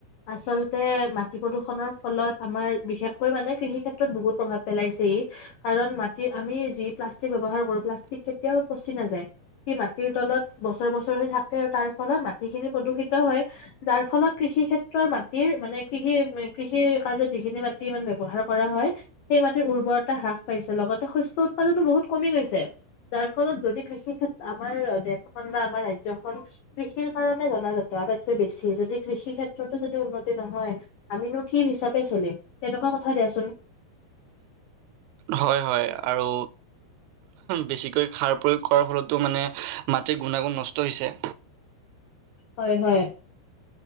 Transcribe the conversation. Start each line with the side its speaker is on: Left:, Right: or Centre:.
Left: আচলতে মাটি প্ৰদূষণৰ ফলত আমাৰ বিশেষকৈ মানে কৃষি ক্ষেত্ৰত বহুত প্ৰভাৱ পেলাইছে ই' কাৰণ মাটি আমি যি প্লাষ্টিক ব্যৱহাৰ কৰো প্লাষ্টিক কেতিয়াও পচি নাযায় সি মাটিৰ তলত বছৰ বছৰে থাকে আৰু তাৰ ফলত মাটিখিনি প্ৰদূষিত হয় যাৰ ফলত কৃষি ক্ষেত্ৰৰ মা মাটিৰ মানে কৃষি কৃষি কাৰ্যত যিখিনি মাটি মানে ব্যৱহাৰ কৰা হয় সেই মাটিৰ উৰ্বৰতা হ্ৰাস পাইছে লগতে শস্য উৎপাদনো বহুত কমি গৈছে যাৰ ফলত যদি কৃষি ক্ষেত্ৰ আমাৰ দেশখন বা আমাৰ ৰাজ্যখনন কৃষিৰ কাৰণে জনাজাত আটাইতকৈ বেছি। যদি কৃষি ক্ষেত্ৰতো যদি উন্নতি নহয় আমিনো কি হিচাপে চলিম তেনেকুৱা কথা দিয়াচোন।
Right: হয় হয়। আৰু। বেছিকৈ সাৰ প্ৰয়োগ কৰাৰ ফলতো মানে মাটিৰ গুণাগুণ নষ্ট হৈছে।
Left: হয় হয়।